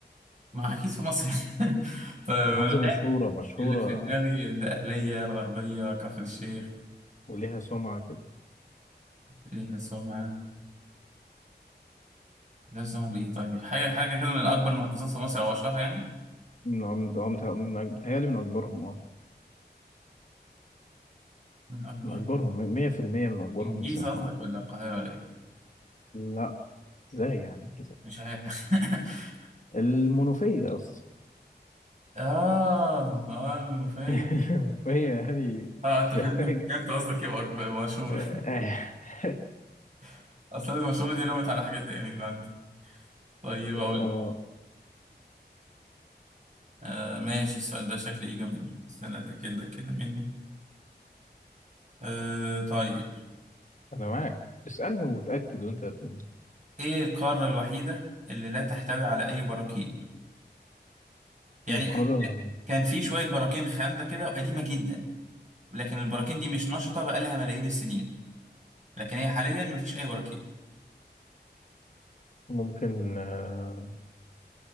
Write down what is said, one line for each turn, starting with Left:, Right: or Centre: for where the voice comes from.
Right: ما اكيد في مصر <laughs> طيب
Left: محافظة
Right: انا
Left: مشهورة مشهورة
Right: اللي في دماغي ده أهلية الغربية كفر الشيخ
Left: وليها سمعة كده
Right: فيها سمعة ده سمعة بإيه طيب حاجة حاجة كده من أكبر المحافظات في مصر أو أشهرها يعني
Left: من من متهيألي من أك- متهيألي من أكبرهم اه
Right: من أكبر
Left: من أكبرهم مية في المية من أكبرهم
Right: الجيزة
Left: مساحة
Right: قصدك
Left: أعتقد
Right: ولا القاهرة ولا إيه
Left: لا ازاي يعني
Right: مش عارف <laughs>
Left: المنوفية يا اسطى
Right: آه آه المنوفية
Left: <laughs> فهي يعني
Right: آه أنت
Left: مش
Right: فهمتك
Left: محتاجة
Right: فهمت قصدك إيه بأكبر- مشهورة
Left: <laughs>
Right: <laughs> أصل المشهورة دي رمت على حاجة تاني من عندي طيب
Left: اه
Right: أقول لك. آه ماشي السؤال ده شكلي يجي منه استنى أتأكد لك كده منه آه طيب
Left: انا معاك اسألني وتأكد وانت بت-
Right: إيه القارة الوحيدة اللي لا تحتوي على أي براكين يعني
Left: القارة
Right: كان في شوية براكين خامدة كده وقديمة جدا لكن البراكين دي مش نشطة بقالها ملايين السنين لكن هي حاليا مفيش أي براكين
Left: ممكن آه،